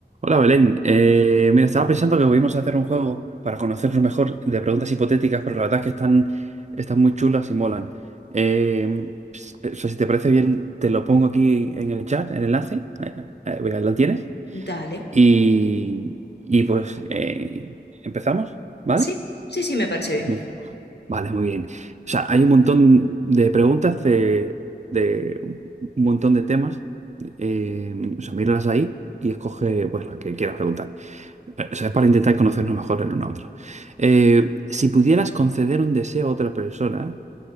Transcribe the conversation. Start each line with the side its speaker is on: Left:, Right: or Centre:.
Right: Hola Belén, Eh, mira, estaba pensando que podíamos hacer un juego para conocernos mejor de preguntas hipotéticas, pero la verdad es que están, están muy chulas y molan. Eh, s- o sea, si te parece bien, te lo pongo aquí en el chat, el enlace, Eh, eh, venga, lo tienes.
Left: Dale.
Right: Y, y pues eh, empezamos, ¿vale?
Left: Sí, sí, sí, me parece bien.
Right: Mu- Vale, muy bien. O sea, hay un montón de preguntas de, de un montón de temas. Eh, o sea, míralas ahí y escoge pues, la que quieras preguntar. O sea, es para intentar conocernos mejor el uno a otro. Eh, si pudieras conceder un deseo a otra persona,